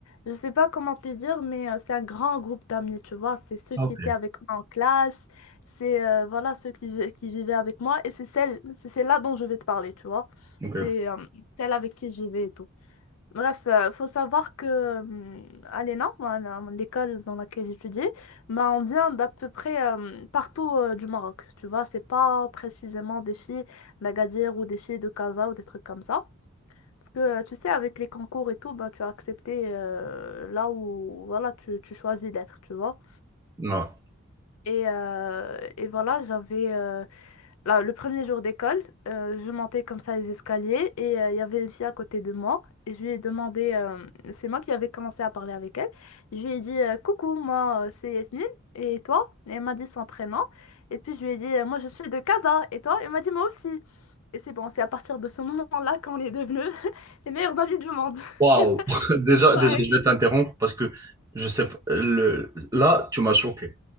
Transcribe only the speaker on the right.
Ah,
Ok.
Ok.
Non.
Waouh. <laughs> Déjà,
déjà, je vais t'interrompre parce que je sais pas. le- Là, tu m'as choqué.